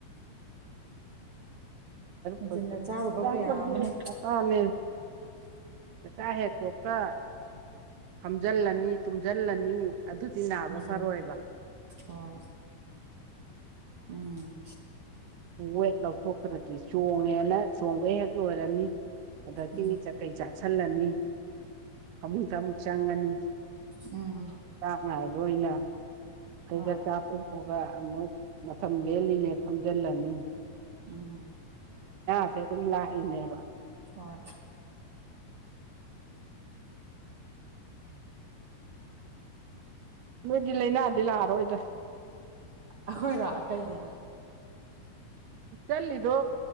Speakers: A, on the right; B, on the right.
A: ꯍꯦꯟꯖꯤꯟꯅ
B: ꯐ
A: ꯆꯥꯔꯨꯕ ꯀꯌꯥ ꯑꯃꯅꯦ
B: ꯀꯥꯔꯅꯤ ꯀꯥꯏ ꯍꯦ ꯇ ꯀ ꯐꯝꯖꯤꯜꯂꯅꯤ ꯇꯨꯝꯁꯤꯜꯂꯅꯤ ꯑꯗꯨꯗꯤ ꯅꯥꯕ
A: ꯎꯝ
B: ꯐꯔꯣꯏꯕ
A: ꯍꯣꯏ ꯎꯝ
B: ꯍ ꯑꯦꯂ ꯈꯨꯗꯨꯛꯇꯤ ꯆꯣꯡꯉꯦꯅ ꯆꯣꯡꯕ ꯍꯦꯛ ꯂꯣꯏꯔꯅꯤ ꯑꯗꯒꯤ
A: ꯎꯝ
B: ꯆꯀꯩ ꯆꯥꯁꯤꯜꯂꯅꯤ ꯑꯃꯃꯨꯛ ꯊꯃꯨꯛ ꯆꯪꯒꯅꯨ
A: ꯎꯝ
B: ꯆꯥꯡꯉ ꯍꯥꯏꯕ ꯑꯣꯏꯅ ꯑꯩꯗ
A: ꯍꯣꯏ
B: ꯆꯥꯄꯄꯒ ꯑꯃꯨꯛ ꯃꯐꯝ ꯂꯦꯜꯂꯤꯅꯦ ꯐꯝꯖꯤꯜꯂꯅꯤ
A: ꯎꯝ ꯍ
B: ꯁꯦ ꯑꯩꯈꯣꯏ ꯂꯥꯛꯏꯅꯦꯕ
A: ꯍꯣꯏ
B: ꯅꯣꯏꯗꯤ ꯂꯥꯏꯅꯥꯗꯤ ꯂꯥꯛꯔꯣꯏꯗ
A: ꯑꯩꯈꯣꯏꯔꯥ ꯀꯩꯒꯤ
B: ꯆꯠꯂꯤꯗꯣ